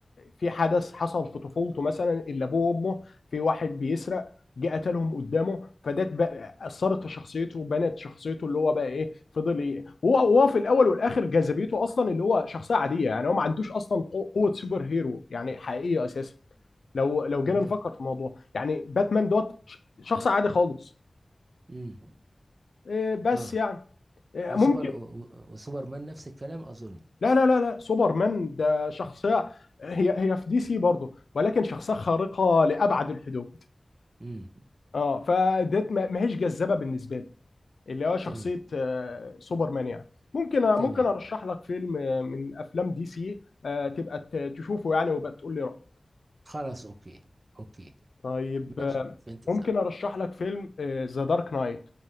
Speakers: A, on the left; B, on the right.
A: في حدث حصل في طفولته مثلا اللي أبوه وأمه في واحد بيسرق جه قتلهم قدامه فده اثرت في شخصيته وبنت شخصيته اللي هو بقى ايه فضل ايه هو هو في الاول والاخر جاذبيته اصلا اللي هو شخصيه عاديه يعني هو ما عندوش اصلا قو- قوه سوبر هيرو يعني حقيقيه اساسا لو لو جينا
B: تمام
A: نفكر في الموضوع يعني باتمان دوت ش- شخص عادي خالص
B: امم
A: إيه بس
B: اه
A: يعني إيه
B: وسوبر
A: ممكن
B: و- و- وسوبرمان نفس الكلام اظن
A: لا لا لا لا سوبرمان ده شخصيه هي هي في دي سي برضه ولكن شخصيه خارقه لابعد الحدود
B: امم
A: اه فديت ما ما هيش جذابه بالنسبه لي اللي هو شخصية
B: تمام
A: آه، سوبرمان يعني ممكن ممكن
B: تمام
A: ارشح لك فيلم آه، من افلام دي سي آه، تبقى ت- تشوفه يعني وبقى تقول لي رأيك
B: خلاص اوكي اوكي
A: طيب آه،
B: ماشي في انتظارك
A: ممكن ارشح لك فيلم ذا دارك نايت